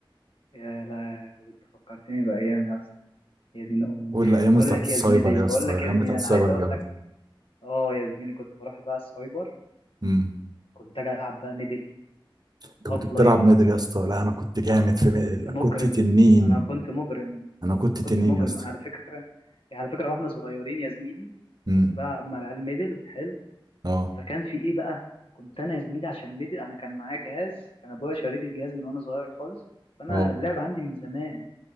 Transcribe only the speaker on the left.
يا لهوي انت فكرتني بايام يا اسطى يا دين امي
بقول
لك
يا زميلي
بقول
لك
يا زميلي
انا
عايز اقول
لك اه يا زميلي كنت بروح بقى السايبر
كنت اجي العب بقى ميدل
هاف
لايف
كنت مجرم
انا كنت مجرم
انا كنت
مجرم
على فكره يعني على فكره واحنا صغيرين يا زميلي
كنت بلعب مع العيال ميدل حلو
فكان في ايه بقى كنت انا يا زميلي عشان ميدل انا كان معايا جهاز كان ابويا شاري لي الجهاز من وانا صغير خالص فانا
اللعب عندي من زمان